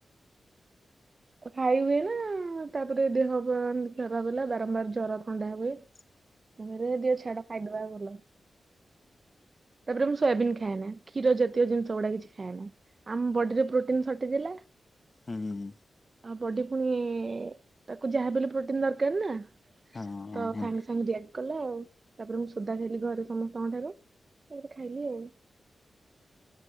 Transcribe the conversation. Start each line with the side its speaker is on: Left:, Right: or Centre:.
Right: ଖାଇ ହୁଏ ନା ତାପରେ ଦେହ ଖରାପ ହେଲା ବାରମ୍ବାର ଜର ଥଣ୍ଡା ହୁଏ।
Left: ହ
Right: ମୁ କହିଲି ଦିଅ ଛାଡ ଖାଇଦବା ଭଲ। ତାପରେ ମୁଁ ସୋୟାବିନ୍ ଖାଏନା। କ୍ଷୀର ଜାତୀୟ ଜିନିଷ ଗୁଡା କିଛି ଖାଏନା। ଆଉ ମୋ ବଡିରେ ପ୍ରୋଟିନ ସଟେଜ୍ ହେଲା।
Left: ହୁଁ।
Right: ଆଉ ବଡି ପୁଣି ତାକୁ ଯାହାବି ହେଲେ ପ୍ରୋଟିନ ଦରକାର ନା।
Left: ହଁ।
Right: ତ
Left: ହଁ
Right: ସାଙ୍ଗେ ସାଙ୍ଗେ ଦିଆକ କଲା ଆଉ। ତାପରେ ମୁଁ ସୋଦା ଖାଇଲି ଘରେ ସମସ୍ତଙ୍କ ଠାରୁ। ଏମିତି ଖାଇଲି ଆଉ।